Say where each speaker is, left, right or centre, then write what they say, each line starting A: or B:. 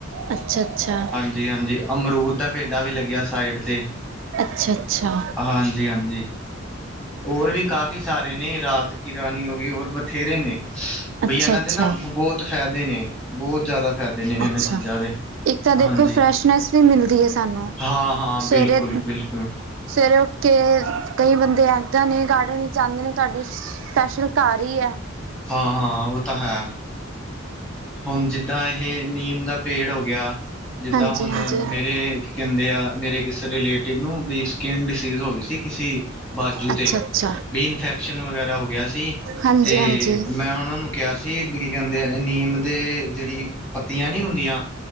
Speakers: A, on the right (about 65°); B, in the centre.
A: ਅੱਛਾ-ਅੱਛਾ।
B: ਜੀ, ਹਾਂਜੀ। ਅਮਰੂਦ ਦਾ ਪੇਡਾ ਵੀ ਲੱਗਿਆ ਸਾਈਡ 'ਤੇ।
A: ਅੱਛਾ-ਅੱਛਾ।
B: ਹਾਂਜੀ-ਹਾਂਜੀ। ਹੋਰ ਵੀ ਕਾਫੀ ਸਾਰੇ ਨੇ ਰਾਤ ਕਿ ਰਾਣੀ ਹੋ ਗਈ। ਹੋਰ ਬਥੇਰੇ ਨੇ
A: ਅੱਛਾ
B: ਬਈ ਇਹਨਾਂ
A: ਅੱਛਾ
B: ਦੇ ਨਾ ਬਹੁਤ ਫਾਇਦੇ ਨੇ ਬਹੁਤ ਜ਼ਿਆਦਾ ਫਾਇਦੇ ਨੇ, ਇਹਨਾਂ
A: ਅੱਛਾ
B: ਚੀਜ਼ਾਂ ਦੇ
A: ਇੱਕ ਤਾਂ ਦੇਖੋ
B: ਹਾਂਜੀ
A: ਫਰੈਸ਼ਨੈਸ ਵੀ ਮਿਲਦੀ ਏ ਸਾਨੂੰ
B: ਹਾਂ ਹਾਂ ਬਿਲਕੁਲ
A: ਸਵੇਰੇ
B: ਬਿਲਕੁਲ
A: ਸਵੇਰੇ ਉੱਠ ਕੇ ਕਈ ਬੰਦੇ ਇੱਦਾਂ ਨੇ ਗਾਰਡਨ ਚਾਹੁੰਦੇ ਨੇ ਤੁਹਾਡੇ ਸਪੈਸ਼ਲ ਘਰ ਹੀ ਆ
B: ਹਾਂ ਹਾਂ ਉਹ ਤਾਂ ਹੈ ਹੁਣ ਜਿੱਦਾਂ ਇਹ ਨੀਮ ਦਾ ਪੇੜ ਹੋ ਗਿਆ ਜਿੱਦਾਂ
A: ਹਾਂਜੀ
B: ਹੁਣ
A: ਹਾਂਜੀ
B: ਮੇਰੇ ਕੀ ਕਹਿੰਦੇ ਆ ਮੇਰੇ ਕਿਸ ਰਿਲੇਟਿਵ ਨੂੰ ਵੀ ਸਕਿੰਨ ਡਿਸੀਜ਼ ਹੋ ਗਈ ਸੀ ਕਿਸੇ ਬਾਜੂ
A: ਅੱਛਾ
B: ਤੇ
A: ਆ ਅੱਛਾ ਆ
B: ਵੀ ਇਨਫੈਕਸ਼ਨ ਵਗੈਰਾ ਹੋ ਗਿਆ ਸੀ
A: ਹਾਂਜੀ
B: ਤੇ
A: ਹਾਂਜੀ
B: ਮੈਂ ਉਹਨਾਂ ਨੂੰ ਕਿਹਾ ਸੀ ਵੀ ਕੀ ਕਹਿੰਦੇ ਆ ਨੀਮ ਦੇ ਜਿਹੜੀ ਪੱਤੀਆਂ ਨੀ ਹੁੰਦੀਆਂ